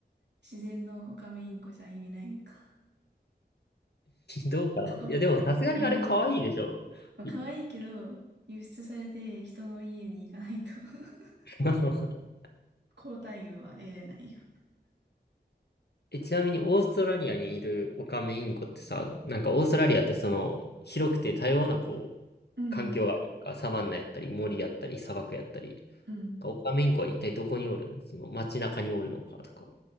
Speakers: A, on the right (about 75°); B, on the left (about 65°).
A: 自然のオカメインコじゃ意味ないんか。
B: どうかな。
A: 過酷、
B: いや、でもさすがにあれ可愛いでしょ。
A: 輸入。まあ可愛いけど、
B: い
A: 輸出されて人の家に行かないと <laughs>
B: <laughs>
A: 高待遇は得れないよ。
B: え、ちなみにオーストラリアにいるオカメインコってさ、なんかオーストラリアってその、広くて多様なこう、
A: うん、
B: 環境があるやんか。サバンナやったり、森やったり、砂漠やったり。
A: うん。
B: オカメインコは一体どこにおるんその街中におるのかとか。